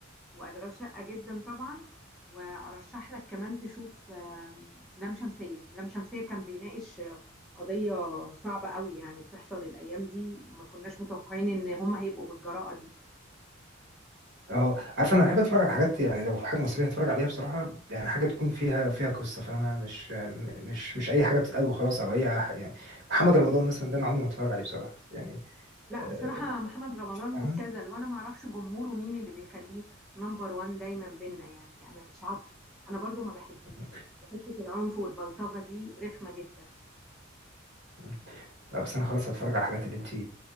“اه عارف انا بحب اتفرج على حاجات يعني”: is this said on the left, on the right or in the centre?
Right